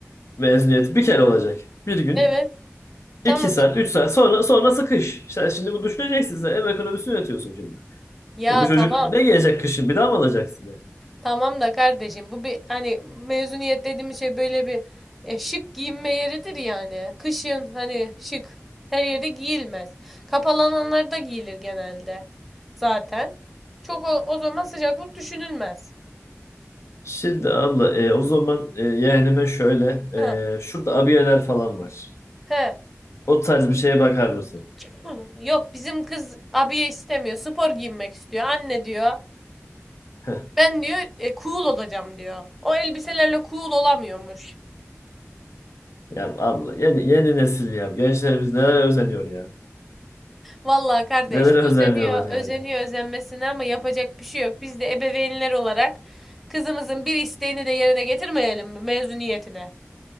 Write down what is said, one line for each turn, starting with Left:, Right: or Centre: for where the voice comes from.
Left: mezuniyeti bir kere olacak. Bir gün
Centre: Evet. Tamam.
Left: iki saat üç saat sonra sonrası kış. İşte şimdi bu düşüneceksin sen ev ekonomisini yönetiyorsun şimdi.
Centre: Ya
Left: Ya bu çocuk
Centre: tamam.
Left: ne gelecek kışın bir daha mı alacaksın yani?
Centre: Tamam da kardeşim bu bir hani mezuniyet dediğimiz şey böyle bir e, şık giyinme yeridir yani. Kışın hani şık her yerde giyilmez. kapalananlarda giyilir genelde zaten. Çok o, o zaman sıcaklık düşünülmez.
Left: Şimdi abla e, o zaman e, yeğenime şöyle
Centre: He.
Left: e, şurada abiyeler falan var.
Centre: He.
Left: O tarz bir şeye bakar mısın?
Centre: <clears throat> Hı, Yok bizim kız abiye istemiyor. Spor giyinmek istiyor. Anne diyor.
Left: Heh,
Centre: Ben diyor e, cool olacağım diyor. O elbiselerle cool olamıyormuş.
Left: ya abla yeni, yeni nesil ya. Gençlerimiz nelere özeniyor ya.
Centre: Vallahi kardeş
Left: Nelere özeniyorlar
Centre: özeniyor,
Left: yani.
Centre: özeniyor özenmesine ama yapacak bir şey yok. Biz de ebeveynler olarak kızımızın bir isteğini de yerine getirmeyelim mi mezuniyetine?